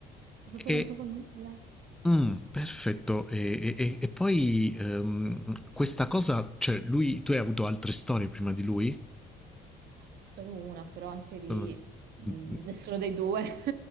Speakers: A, on the right; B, in the centre.
A: cioè proprio
B: E
A: non provo nulla.
B: Mh, perfetto. E e e e poi, ehm, questa cosa cioè lui tu hai avuto altre storie prima di lui?
A: Solo una, però anche lì
B: Sono
A: mh,
B: mh, mh,
A: nessuno dei due. <laughs>